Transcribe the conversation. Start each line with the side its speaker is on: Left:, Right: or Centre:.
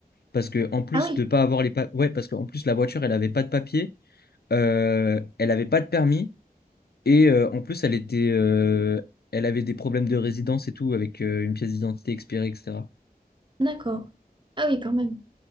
Left: parce que en plus
Right: Ah oui,
Left: de pas avoir les pa- ouais, parce qu'en plus la voiture, elle avait pas de papier, euh, elle avait pas de permis et euh, en plus elle était, euh, elle avait des problèmes de résidence et tout avec euh, une pièce d'identité expirée, etc.
Right: d'accord. Ah oui, quand même.